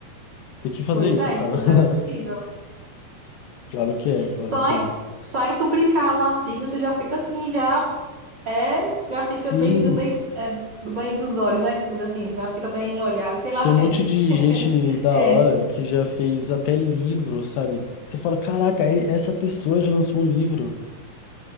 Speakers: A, on the left; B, on the right.
A: Tem que fazer
B: pois
A: isso,
B: é,
A: cara.
B: e tudo
A: <laughs>
B: é possível.
A: Claro que é, claro
B: Só
A: que
B: em,
A: é.
B: só em publicar um artigo você já fica assim, já é, já fica
A: Sim,
B: bem do bem, é, do bem dos olhos, né? Como diz assim, já fica bem olhado, sei lá.
A: tem um
B: <laughs>
A: monte de gente da
B: É,
A: hora que já fez até livro, sabe? Você fala, caraca, e- essa pessoa já lançou um livro.